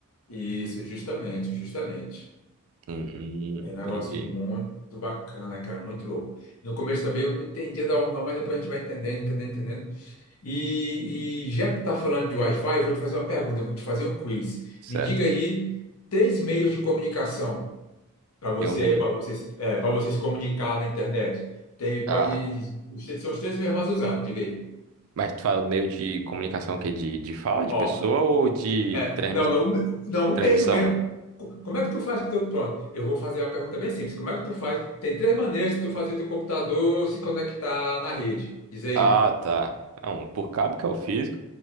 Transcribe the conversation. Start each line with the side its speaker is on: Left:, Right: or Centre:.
Left: Isso, justamente, justamente.
Right: Hum, hum,
Left: É
Right: entendi.
Left: um negócio muito bacana, cara, muito louco. No começo também eu não entendia da onda, mas depois a gente vai entendendo, entendendo, entendendo. E, e já que tá falando de Wi-Fi, eu vou te fazer uma pergunta, eu vou te fazer um quiz.
Right: Certo.
Left: Me diga aí três meios de comunicação para você,
Right: Deu meio.
Left: para você, é, para você se comunicar na internet. Tem, pode,
Right: Ah,
Left: os três- são os três meios mais usados, diga aí.
Right: mas tu fala o meio de comunicação o quê? De, de fala de
Left: Ó,
Right: pessoa ou de
Left: é,
Right: transmi-
Left: não, não, não,
Right: transmissão?
Left: o meio mesmo. Co- Como é que tu faz com o teu, pronto, eu vou fazer uma pergunta bem simples. Como é que tu faz? Tem três maneiras de tu fazer teu computador se conectar na rede. Diz aí.
Right: Ah, tá. Não, por cabo, que é o físico.